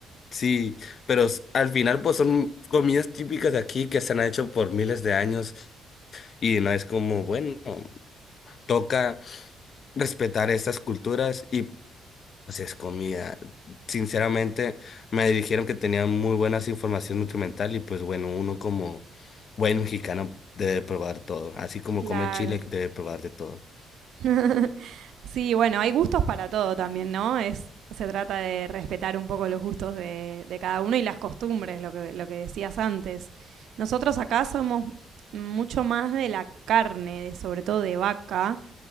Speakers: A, on the left; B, on the right.
A: Sí, pero s- al final pues son comidas típicas de aquí que se han hecho por miles de años y no es como, bueno, toca respetar estas culturas y pues es comida. Sinceramente, me dijeron que tenían muy buenas información nutrimental y pues bueno, uno como buen mexicano debe probar todo, así como
B: Claro.
A: come chile debe probar de todo.
B: <laughs> sí, bueno, hay gustos para todo también, ¿no? Es, se trata de respetar un poco los gustos de, de cada uno y las costumbres, lo que, lo que decías antes. Nosotros acá somos mucho más de la carne, sobre todo de vaca,